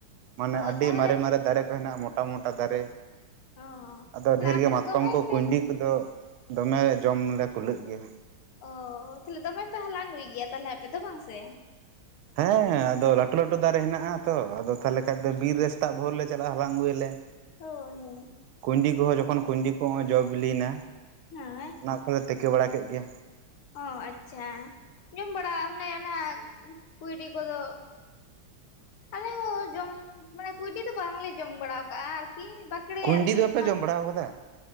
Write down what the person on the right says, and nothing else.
ᱢᱟᱱᱮ
ᱟᱹᱰᱤ
ᱢᱟᱨᱮ ᱢᱟᱨᱮ ᱫᱟᱨᱮᱹ ᱠᱚ ᱦᱮᱱᱟᱜᱼᱟ ᱾ ᱢᱚᱴᱟ ᱢᱚᱴᱟ ᱫᱟᱨᱮᱹ
ᱟᱫᱚ
ᱰᱷᱮᱨ
ᱜᱮ ᱢᱟᱛ
ᱛᱤᱠᱤ ᱠᱚᱫᱚ ᱫᱚᱢᱮ ᱡᱚᱢ ᱞᱮ ᱠᱩᱞᱟᱹᱜ ᱜᱮᱭᱟ।
ᱦᱮᱸ ᱟᱫᱚ ᱞᱟᱹᱴᱩ ᱞᱟᱹᱴᱩ ᱫᱟᱨᱮᱹ ᱦᱮᱱᱟᱜᱼ ᱟ ᱛᱚ ᱾ ᱟᱫᱚ ᱛᱟᱦᱚᱞᱮ ᱠᱷᱟᱱ ᱫᱚ ᱵᱤᱨ ᱨᱮ ᱥᱮᱛᱟᱜ ᱵᱷᱳᱨ ᱞᱮ ᱪᱟᱞᱟᱜᱼᱟ ᱾ ᱦᱟᱞᱟᱝ ᱟᱹᱜᱩᱭᱟᱞᱮ।
ᱠᱩᱸᱭᱰᱤ ᱠᱚᱦᱚᱸ ᱡᱚᱠᱷᱚᱱ ᱠᱩᱸᱭᱰᱤ ᱠᱚ ᱡᱚ ᱵᱤᱞᱤᱭᱮᱱᱟ,
ᱚᱱᱟ ᱠᱚᱞᱮ ᱛᱤᱠᱤ ᱵᱟᱲᱟ ᱠᱮᱫ ᱜᱮ।
ᱠᱩᱸᱭᱰᱤ
ᱫᱚᱯᱮ
ᱡᱚᱢ ᱵᱟᱲᱟᱣ ᱠᱟᱫᱟ